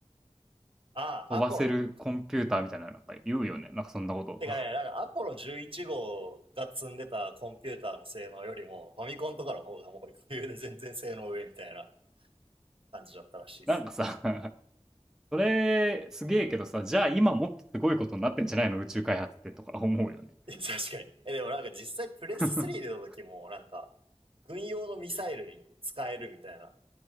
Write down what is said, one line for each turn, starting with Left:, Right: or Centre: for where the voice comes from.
Right: あ。ああ、
Centre: 飛ばせるコンピューターみたいななんか言うよね。
Right: アポロ。
Centre: なんかそんなこと。
Right: てかね、なんかアポロ11号が積んでたコンピューターの性能よりも、ファミコンとかの方がもう余裕で全然性能上みたいな感じだったらしいっすよ。
Centre: <laughs> なんかさ、<laughs> それすげえけどさ、じゃあ今もっとすごいことになってんじゃないの宇宙開発ってとか思うよね。
Right: <laughs> いや確かに。え、でもなんか実際プレステ3出た時も、
Centre: <laughs>
Right: なんか、軍用のミサイルに使えるみたいな